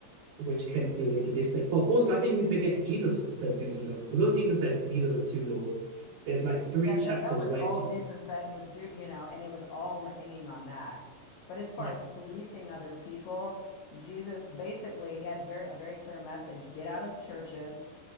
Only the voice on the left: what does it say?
Yeah,
that, that was
all
Jesus said was do, you know, and it was all hanging on that. But as far
as policing other people, Jesus basically he had very a very clear message. Get out of churches.